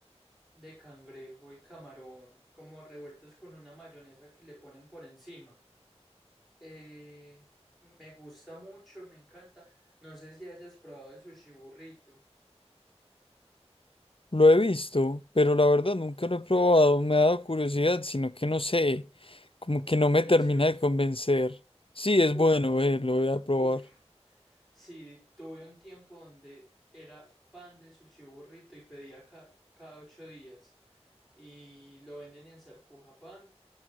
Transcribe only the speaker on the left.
Lo he visto, pero la verdad nunca lo he probado. Me ha dado curiosidad, sino que no sé, como
que
no me
termina de convencer. Sí, es
bueno,
eh, lo voy a probar.